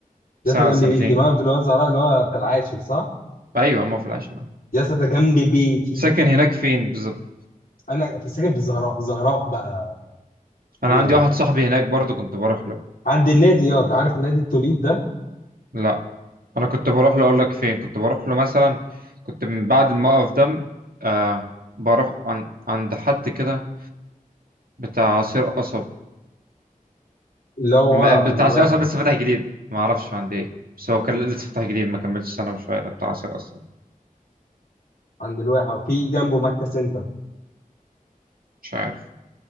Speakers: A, on the left; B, on the right.
A: ياسا
B: سنه
A: جنب
B: سنتين
A: بيتي موقف
B: كده
A: اللي هو الزهراء اللي هو بتاع العاشر صح
B: ايوه ما في العشرة
A: ياسا ده جنب بيتي
B: كنت ساكن هناك فين بالظبط
A: انا في ساكن في الزهراء زهراء بقى جوه
B: انا عندي واحد صاحبي هناك برضو كنت بروح له
A: عند النادي ياض عارف النادي التوليب ده
B: لا انا كنت بروح له اقول لك فين كنت بروح له مثلا كنت من بعد الموقف ده آه بروح عن... عند حد كده بتاع عصير قصب
A: اللي هو
B: ما...
A: ورا
B: بتاع
A: عند الواحة
B: عصير قصب لسه فاتح جديد ما اعرفش عند ايه بس هو كان
A: ال-
B: لسه فاتح جديد ما كملش سنه وشويه بتاع عصير قصب
A: عند الواحة وفي جنبه مكة سنتر
B: مش عارف